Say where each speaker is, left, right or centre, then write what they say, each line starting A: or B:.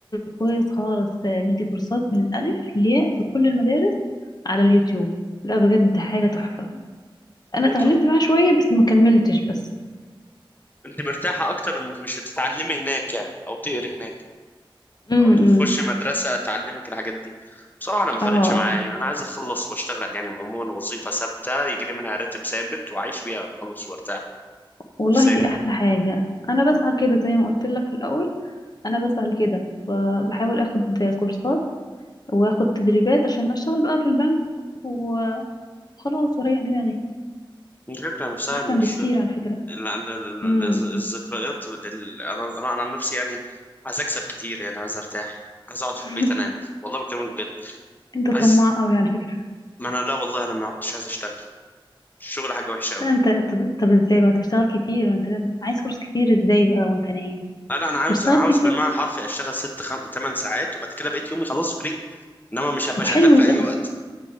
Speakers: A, on the left (about 45°); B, on the left (about 20°).
A: كويس خالص آه، مدي كورسات من الألف للياء في كل المدارس على اليوتيوب لا بجد حاجة تحفة أنا
B: هو
A: اتعلمت
B: طب
A: معاه شوية بس ما كملتش بس
B: انت مرتاحه اكتر انك مش تتعلمي هناك يعني او تقري هناك
A: امم
B: او تخش مدرسه تعلمك الحاجات دي بصراحه انا ما فرقتش
A: اه
B: معايا
A: اه
B: انا عايز اخلص واشتغل يعني عموما وظيفه ثابته يجي لي منها راتب ثابت واعيش بيها اخلص وارتاح
A: والله
B: نفسيا
A: دي أحلى حاجة أنا بسعى كده زي ما قلت لك في الأول أنا بسعى كده ب- بحاول أخد كورسات وأخد تدريبات عشان أشتغل بقى في البنك وخلاص وأريح دماغي
B: الفكره نفسها
A: أحسن
B: ان الش...
A: بكتير على فكرة
B: ال- ال- ال-
A: امم
B: ال- الذكريات بال- انا انا أنا عن نفسي يعني عايز اكسب كتير يعني عايز ارتاح عايز اقعد
A: <laughs>
B: في البيت انام والله بكلمك بجد
A: أنت
B: عايز
A: طماع أوي على فكرة
B: ما انا لا والله انا ما عدتش عايز اشتغل الشغل حاجه وحشه قوي
A: لا انت طب, طب ازاي بقى تشتغل كتير وانت لازم عايز فلوس كتير ازاي بقى وانت نايم
B: لا لا انا عاوز
A: فاشتغل
B: انا عاوز
A: كتير
B: بالمعنى حرفي اشتغل ست خم... تمن ساعات وبعد كده بقيت يومي خلاص فري انما مش هبقى
A: طب
B: شغال
A: حلو
B: في اي
A: ده
B: وقت